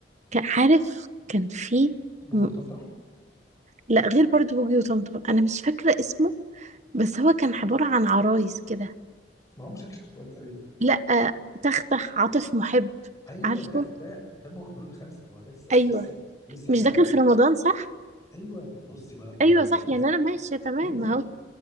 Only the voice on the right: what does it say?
كان عارف كان في
م-
لا غير برضو بوجي وطمطم أنا مش فاكرة اسمه بس هو كان عبارة عن عرايس كده
لا تختخ عاطف محب
عارفه
أيوه
مش
ده
كان في رمضان صح
أيوه
صح
يعني أنا ماشية تمام
أهو